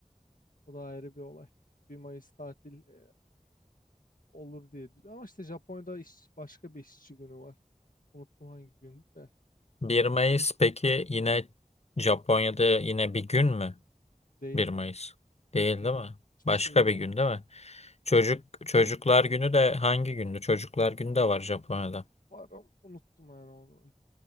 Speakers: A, on the left; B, on the left.
A: o da ayrı bir olay. Bir Mayıs tatil e, olur diye ama işte Japonya'da iş, başka bir işçi günü var. Unuttum hangi gün de
B: 1 Mayıs peki yine Japonya'da yine bir gün mü?
A: değil
B: 1 Mayıs. Değil
A: değil
B: değil mi?
A: hiçbir
B: Başka
A: şey yok.
B: bir gün değil mi? Çocuk Çocuklar Günü de hangi gündü? Çocuklar Günü de var Japonya'da.
A: Var ama unuttum yani onu.